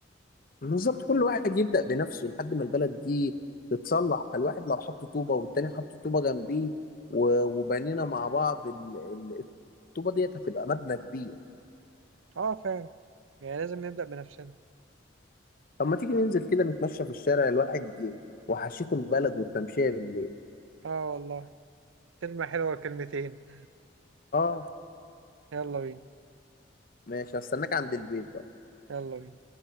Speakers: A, on the left; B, on the right.
A: بالظبط كل واحد يبدا بنفسه لحد ما البلد دي تتصلح الواحد لو حط طوبه والتاني حط طوبه جنبيه و- وبنينا مع بعض ال- ال- الطوبه ديت هتبقى مبنى كبير
B: اه فعلا يعني لازم نبدأ بنفسنا
A: طب ما تيجي ننزل كده نتمشى في الشارع الواحد ي- وحشته البلد والتمشيه بالليل
B: اه والله كلمة حلوة كلمتين <laughs>
A: اه
B: يلا بينا
A: ماشي هستناك عند البيت
B: يلا بينا